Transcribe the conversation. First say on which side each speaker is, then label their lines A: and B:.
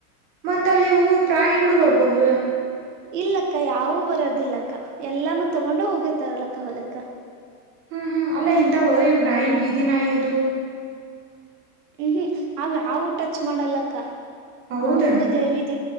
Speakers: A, on the right; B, on the right.
A: ಮತ್ತಲ್ಲಿ ಹೂ ಪ್ರಾಣಿಗಳು ಬರ್ಬೋದು
B: ಇಲ್ಲಕ್ಕ ಯಾವೂ ಬರದಿಲ್ಲಕ್ಕ ಎಲ್ಲಾನೂ ತಗೊಂಡ ಹೋಗರ್ತಾರಲಕ್ಕ ಹೊಲಕ್ಕ
A: ಹ್ಮ್ ಹ್ಮ್ ಅಲ್ಲ ಇಂತ ಇವ್ ನಾಯಿ ಬೀದಿ ನಾಯಿ ಅದು
B: ಹ್ಮ್ ಹ್ಮ್ ಅವ ಅವವು ಟಚ್ ಮಾಡಲ್ಲಕ್ಕ
A: ಹೌದನ
B: ಹಂಗ ದೇವಿ ಇದ